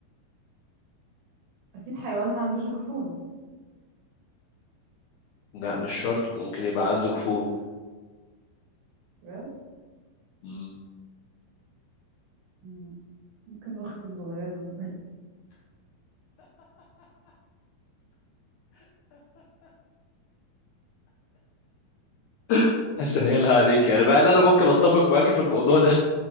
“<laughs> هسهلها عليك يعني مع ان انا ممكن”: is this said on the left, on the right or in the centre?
Left